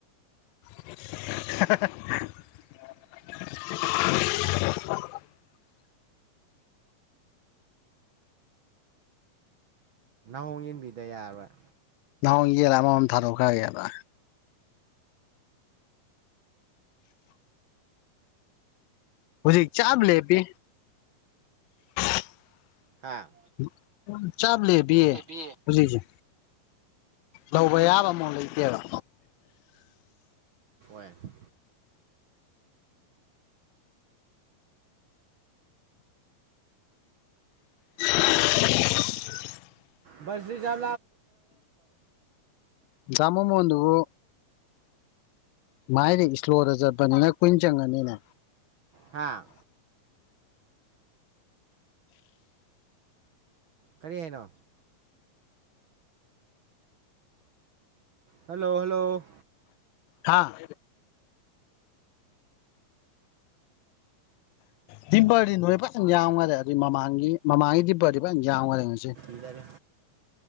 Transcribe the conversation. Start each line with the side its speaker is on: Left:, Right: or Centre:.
Left: <inaudible>
Right: ꯍꯣꯡ ꯌꯦꯟꯕꯤꯗ ꯌꯥꯔꯣꯏ
Left: ꯅꯣꯡ ꯏꯖꯦꯜ ꯑꯃꯝ ꯊꯥꯔꯣꯀꯥꯏ ꯌꯥꯗ ꯍꯧꯖꯤꯛ ꯆꯥꯕ ꯂꯩꯦ ꯄ <inaudible>
Right: ꯍꯥ
Left: ꯆꯥꯞ ꯂꯦ ꯕꯤꯌꯦ
Right: ꯀꯦꯕꯤ
Left: ꯍꯧꯖꯤꯛꯁꯦ ꯂꯧꯕ ꯌꯥꯕ ꯑꯃꯨ ꯂꯩꯇꯦꯕ
Right: ꯍꯦ
Left: <inaudible>
Right: ꯁꯗꯤ ꯆ
Left: ꯃꯃ ꯑꯗꯨꯕꯨ ꯃꯥꯏꯗꯤ ꯏꯁꯂꯣꯔꯗ ꯆꯠꯄꯅꯤꯅ ꯀꯨꯏꯟ ꯆꯪꯉꯅꯤꯅꯦ
Right: ꯍꯥꯥ ꯀꯔꯤ ꯍꯥꯏꯅꯣ ꯍꯜꯂꯣ ꯍꯜꯂꯣ
Left: ꯍꯥꯥ ꯗꯤꯝꯄꯔꯗꯤ ꯅꯣꯏ ꯐꯖꯅ ꯌꯥꯎꯉꯔꯦ ꯑꯗꯨꯏ ꯃꯃꯥꯡꯒꯤ ꯃꯃꯥꯡꯒꯤ ꯗꯤꯝꯄꯔꯗꯤ ꯐꯖꯅ ꯌꯥꯎꯉꯔꯦ ꯅꯣꯏꯁꯦ
Right: ꯏꯗꯒ